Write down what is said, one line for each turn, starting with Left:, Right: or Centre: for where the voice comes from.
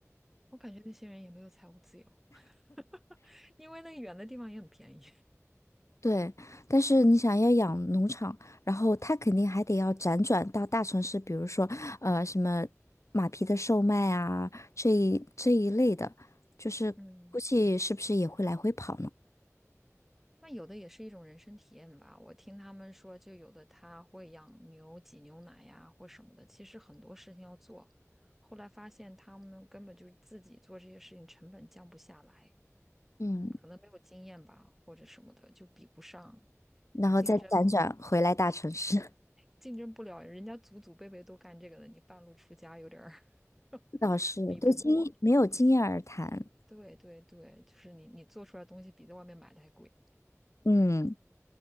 Centre: 我感觉那些人也没有财务自由，<laughs> 因为那个远的地方也很便宜。
Left: 对，但是你想要养农场，然后他肯定还得要辗转到大城市，比如说呃什么马匹的售卖啊，这一这一类的，就是估计是不是也会来回跑呢？
Centre: <laughs> 嗯。那有的也是一种人生体验吧。我听他们说，就有的他会养牛挤牛奶呀，或什么的。其实很多事情要做，后来发现他们根本就是自己做这些事情，成本降不下来，
Left: 嗯，
Centre: 可能没有经验吧，或者什么的，就比不上，
Left: 然后再辗转回来大城市，
Centre: 竞争竞争不了。人家祖祖辈辈都干这个的，你半路出家有点儿 <laughs>
Left: <laughs> 倒是对经没有经验而谈，
Centre: 比不过。对对对，就是你你做出来的东西比在外面买的还贵。
Left: 嗯，